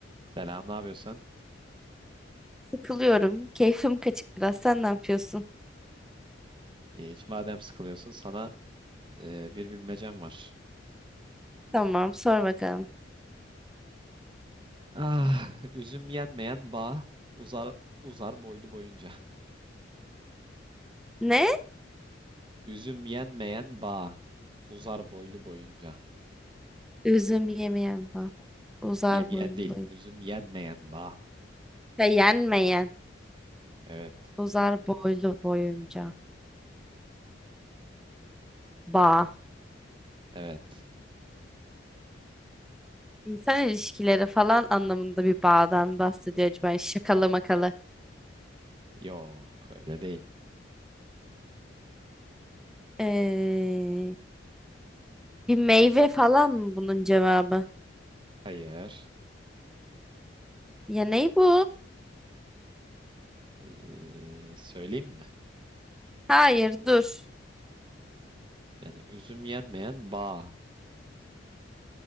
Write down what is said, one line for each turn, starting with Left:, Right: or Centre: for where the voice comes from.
Right: Selam, ne yapıyorsun?
Centre: Sıkılıyorum. Keyfim kaçık biraz. Sen ne yapıyorsun?
Right: E, Hiç madem sıkılıyorsun sana e, bir bilmecem var.
Centre: Tamam, sor bakalım.
Right: Ah, üzüm yenmeyen bağ uzar uzar boylu boyunca.
Centre: Ne?
Right: Üzüm yenmeyen bağ uzar boylu boyunca.
Centre: Üzüm yemeyen bak. Uzar
Right: Yemeyen
Centre: boylu
Right: değil,
Centre: boyunca.
Right: üzüm yenmeyen bağ.
Centre: Yenmeyen.
Right: Evet,
Centre: Uzar boylu boyunca. Bağ.
Right: evet.
Centre: İnsan ilişkileri falan anlamında bir bağdan bahsediyor acaba. Şakalı makalı.
Right: Yok, öyle değil.
Centre: Ee, bir meyve falan mı bunun cevabı?
Right: Hayır.
Centre: Ya ne bu?
Right: E, söyleyeyim mi?
Centre: Hayır dur.
Right: Yani üzüm yenmeyen bağ.